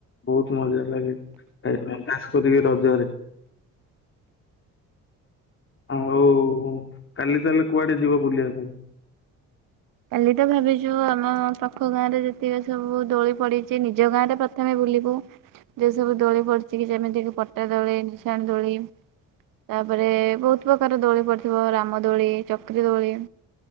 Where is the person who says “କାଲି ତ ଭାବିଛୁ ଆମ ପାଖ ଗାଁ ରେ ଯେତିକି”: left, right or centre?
Right